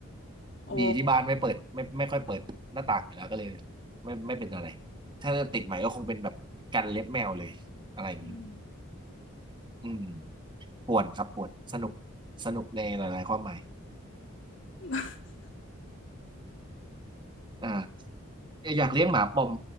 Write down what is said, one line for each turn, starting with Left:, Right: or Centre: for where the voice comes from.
Left: <laughs> โอ้
Right: ดีที่บ้านไม่เปิดไม่ไม่ค่อยเปิดหน้าต่างอยู่แล้วก็เลยไม่ไม่เป็นอะไรถ้าติดใหม่ก็คงเป็นแบบกันเล็บแมวเลยอะไรอย่างนี้
Left: อืม
Right: อืมป่วนครับป่วนสนุกสนุกในหลายๆความหมาย
Left: <laughs>
Right: อ่าอยากเลี้ยงหมาปอม